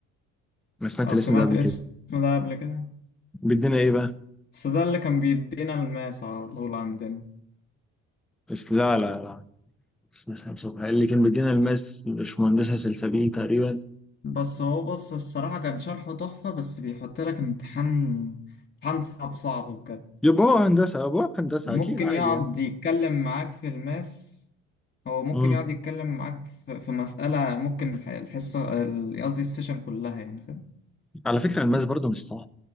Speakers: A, in the centre; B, on the left.
A: انا سمعت
B: او
A: الاسم
B: سمعت
A: ده قبل
B: الاسم
A: كده
B: ده قبل كده
A: بيدينا ايه بقى
B: بس ده اللي كان بيدينا الماس على طول عندنا
A: بس لا لا لا بس مش هنشوفها اللي كان بيدينا الماس مش مهندسة سلسبيل تقريبا
B: بس هو بص الصراحة كان شرحه تحفة بس بيحط لك امتحان امتحان صعب صعب بجد
A: يبقى هو هندسة يبقى هو هندسة
B: ممكن
A: أكيد عادي
B: يقعد
A: يعني
B: يتكلم معاك في الماس هو ممكن
A: امم
B: يقعد يتكلم معاك في في مسألة ممكن الح- الحصة ال- قصدي السيشن كلها يعني فاهم
A: على فكرة الماس برضو مش صعب